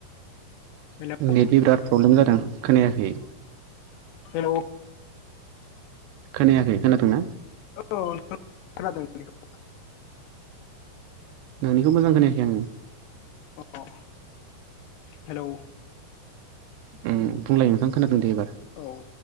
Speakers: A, on the left; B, on the right.
A: हेलौ
B: नेटनि बिराद प्रब्लेम जादों खोनायाखै
A: हेलौ
B: खोनायाखै खोनादोंंना
A: औ खोनादों नोंनिखौ
B: नोंनिखौ मोजां खोनायाखै आङो
A: अ हेलौ
B: उम बुंलाय नोंथां खोनादों दे एबार
A: औ